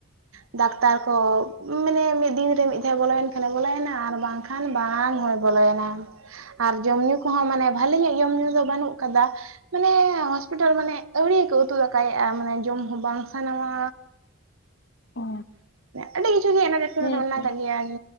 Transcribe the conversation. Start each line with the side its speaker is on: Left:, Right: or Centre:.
Right: ᱫᱟᱠᱛᱟᱨ ᱠᱚ ᱢᱟᱱᱮ ᱢᱤᱫ ᱫᱤᱱ ᱨᱮ ᱢᱤᱫ ᱫᱷᱟᱣ ᱵᱚᱞᱚᱭᱮᱱ ᱠᱷᱟᱱᱮ ᱵᱚᱞᱚᱭ ᱮᱱᱟ ᱟᱨ ᱵᱟᱝᱠᱷ ᱠᱷᱟᱱ ᱵᱟᱝ ᱦᱚᱸᱭ ᱵᱚᱞᱚᱮᱱᱟ
Left: <inaudible>
Right: ᱟᱨ ᱡᱚᱢ ᱧᱩ ᱠᱚᱦᱚᱸ ᱢᱟᱱᱮ ᱵᱷᱟᱞᱤ ᱧᱚᱜ ᱡᱚᱢ ᱧᱩ ᱫᱚ ᱵᱟᱹᱱᱩᱜ ᱠᱟᱫᱟ ᱢᱟᱱᱮ ᱦᱚᱥᱯᱤᱴᱟᱞ ᱢᱟᱱᱮ ᱟᱹᱣᱲᱤ ᱩᱛᱩ ᱫᱟᱠᱟᱭᱮᱫᱼᱟ ᱢᱟᱱᱮ ᱡᱚᱢ ᱦᱚᱸ ᱵᱟᱝ ᱥᱟᱱᱟᱣᱟ
Left: ᱚ
Right: ᱟᱹᱰᱤ ᱠᱤᱪᱷᱩ ᱜᱮ
Left: ᱦᱮᱸᱛᱚ
Right: ᱢᱮᱱᱟᱜ ᱠᱟᱜ ᱜᱮᱭᱟ